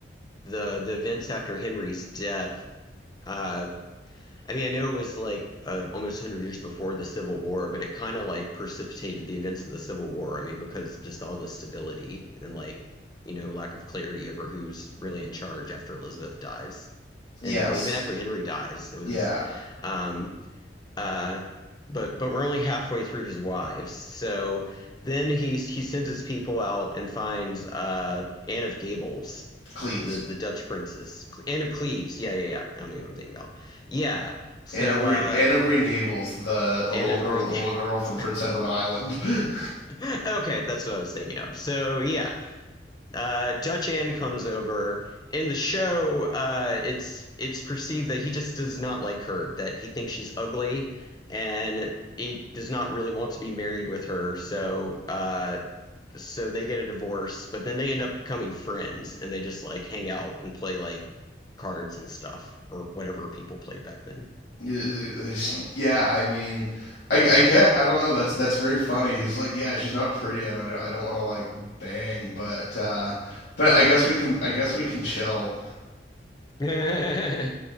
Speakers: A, on the left; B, on the left.
A: the the events after Henry's death. Uh, I mean, I know it was like uh, almost 100 years before the Civil War, but it kind of like precipitated the events of the Civil War. I mean, because just all the stability and like you know lack of clarity over who's really in charge after Elizabeth dies, and
B: Yes.
A: well, even after Henry dies, it was.
B: Yeah.
A: Um, uh, but but we're only halfway through his wives. So then he he sends his people out and finds uh, Anne of Gables,
B: Cleves.
A: the the Dutch princess, Anne of Cleves. Yeah, yeah, yeah. I don't know what I'm thinking about. Yeah. So
B: Anne of Green
A: uh,
B: Anne of Green Gables, the the
A: Anne
B: little
A: of
B: girl
A: Green
B: the
A: Gables.
B: little girl from Prince Edward Island. <laughs>
A: <laughs> okay, that's what I was thinking of. So yeah, uh, Dutch Ann comes over. In the show, uh, it's it's perceived that he just does not like her, that he thinks she's ugly, and he does not really want to be married with her. So uh, so they get a divorce, but then they end up becoming friends, and they just like hang out and play like cards and stuff or whatever people played back then.
B: <sighs> Yeah, I mean, I, I get, I don't know. That's that's very funny. He's like, yeah, she's not pretty, and I, I don't want to like bang, but uh, but I guess we can, I guess we can chill.
A: <laughs>